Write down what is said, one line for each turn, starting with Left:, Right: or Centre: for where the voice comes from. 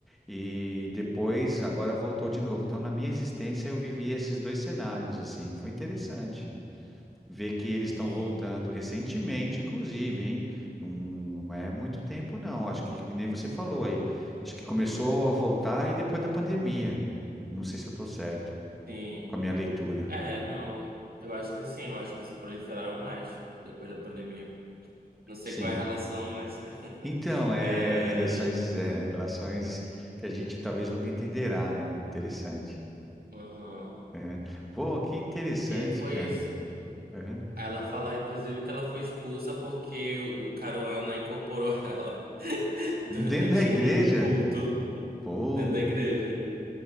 Centre: E depois agora voltou de novo. Então na minha existência eu vivi esses dois cenários assim, foi interessante. Ver que eles estão
Right: sim,
Centre: voltando recentemente, inclusive, hein? Não não é muito tempo, não. Acho que nem você falou aí. Acho que começou a voltar e depois da pandemia. Não sei se eu estou certo
Right: sim.
Centre: com a minha leitura.
Right: É, não, eu acho que sim, eu acho que se proliferaram mais depois da pandemia. Não sei
Centre: Sim.
Right: qual é a relação, mas.
Centre: Então,
Right: <laughs>
Centre: é
Right: é,
Centre: relações, é, relações que a gente talvez nunca entenderá, né? Interessante.
Right: uhum.
Centre: Aham. Pô, que interessante,
Right: E aí foi
Centre: cara.
Right: isso.
Centre: Aham.
Right: Ela fala, inclusive, que ela foi expulsa porque o Caruana incorporou ela <laughs> durante
Centre: Dentro da igreja?
Right: um culto
Centre: Puta,
Right: dentro da igreja.